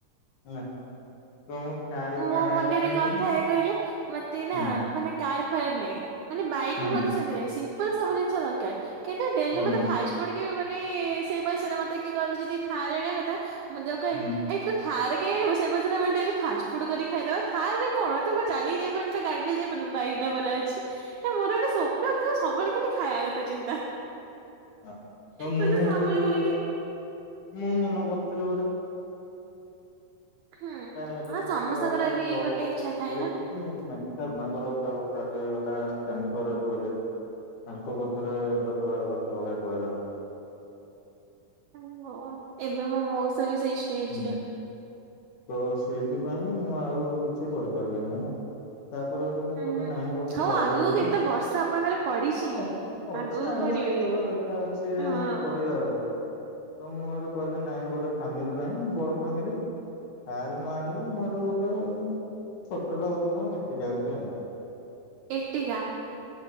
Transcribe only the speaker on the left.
<inaudible>
ଆଣିବା
ପାଇଁ
ହୁଁ
ହୁଁ
ହୁଁ
ହୁଁ
ହ ତ ମୁଁ
<unintelligible>
ମୁଁ ମନେ କରଥିଲି ଗୋଟେ।
ଜାଣିବା ପାଇଁ
ତ
ଘର
ପରିସ୍ଥିତି
ଦେଖି।
<unintelligible> ମାଙ୍କର ଦେହ ଖରାପ ହେଇଗଲା କ୍ୟାନସରରେ ପଇଲେ। ତାଙ୍କ ବତରେ ଦଶ ବାର ଲକ୍ଷ ଭଳିଆ ପଳେଇଲା ମ।
ହୁଁ ତ ସେଇଥିପାଇଁ ମୁଁ ଆଉ କିଛି କରିପାରିଲିନି ହେଲା। ତାପରେ ଏଠୁ ମୁଁ
କିଲି
ନାହିଁ ଗୋଟେ
ଗାଡି
ଆଣିବି
ଅର। ପଛେ
ଆଣିବା
ସେତେବେଳେ ଦେଖା ଅଛି
କରିବା ଆଉ। ତ ମୋର କହିଲି ନାଇଁ ଗୋଟେ ଫ୍ୟାମିଲି ପାଇଁ ବଡ ଫ୍ୟାମିଲି। ହାରେ ନ ଆଣିକି ମୋଠୁ ଗୋଟେ ଛୋଟ ଟେ ହଉ ବଂର <inaudible> ଗୋଟେ ଆଣିବୁ।